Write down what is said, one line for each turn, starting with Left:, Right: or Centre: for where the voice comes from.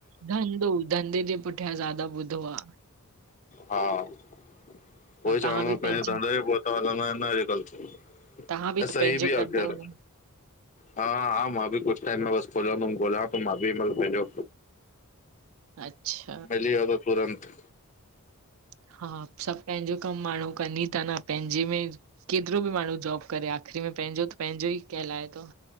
Right: धंधो, धंधे जे पुठियां ज्यादा ॿुधो आ।
Left: हा, उए
Right: हा
Left: चवां
Right: तव्हां बि
Left: तो, पंहिंजे
Right: पंहिंजी
Left: धंधे ते पहुता हलंदा आहिनि न हे सब
Right: तव्हां
Left: ऐं
Right: त
Left: सही
Right: पंहिंजो
Left: बि
Right: कंदव
Left: आ ख़ैर।
Right: न?
Left: हा हा, मां बि कुझु टाइम में बस खोलदुम, गोला तो मां बि हिनमल पेंजो
Right: अच्छा।
Left: मिली वियो त तूरंत
Right: हा! सभु पेंजो कम माण्हू कन ही था न पेंजे में केतिरो बि माण्हू जॉब करे, आख़िरी में पेंजो त पेंजो ई कहलाए थो।